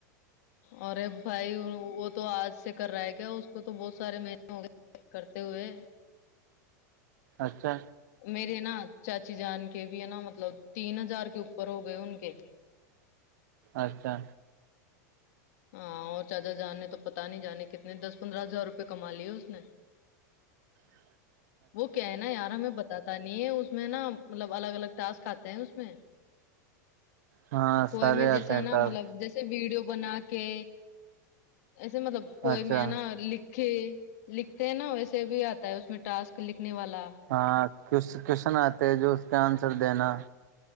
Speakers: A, on the left (about 60°); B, on the right (about 70°).
A: اور بھائی وہ تو آج سے کر رہا ہے کیا اس کو تو بہت سارے مہینے ہو گئے یک کرتے ہوئے
B: اچھا
A: میرے نا چاچی جان کے بھی ہے نا مطلب تین ہزار کے اوپر ہو گئے ان کے
B: اچھا
A: ہاں اور چاچا جان نے تو پتا نہیں جانے کتنے دس پندرہ ہزار روپئے کما لیے اس نے
B: ج
A: وہ کیا ہے نا یار ہمیں ب پتا نہیں ہے اس میں نا مطلب الگ الگ ٹسک آتے ہیں اس میں
B: ہاں
A: کوئی
B: سارے
A: میں
B: آتے
A: جیسے
B: ہیں
A: ہے نا
B: ٹاس
A: مطلب جیسے ویڈیو بنا کے ایسے مطلب کوئی
B: اچھا
A: میں نا لکھ لکھتے ہیں نا ویسے بھی آتا ہے اس میں ٹاسک لکھنے والا
B: ہاں کوشن آتے ہے جو اس کے آنسر دینا